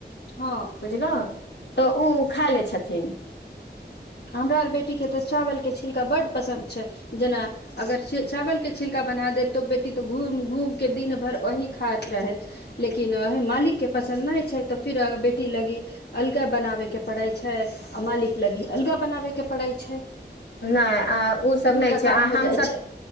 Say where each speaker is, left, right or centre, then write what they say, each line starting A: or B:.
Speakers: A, on the left; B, on the left.
A: हँ
B: बुझल। त ओ खा लै छथिन।
A: हमरा आर बेटीके त चावलके छिलका बड पसन्द छै। जेना अगर चावलके छिल ल्का बना देब तऽ बेटी तऽ घूम घूमके दिन भरि वही खाइत रहैत, लेकिन मालिकके पसन्द नहि छै, तऽ फिर बेटी लागी अलगा बनाबैके पड़ै छै, आ मालिक लागी अलगा बनाबैके पड़ैत छै।
B: नहि आ ओसभ
A: दूटा
B: नहि छै,
A: काम
B: आ
A: हो
B: हमसभ
A: जाइ छै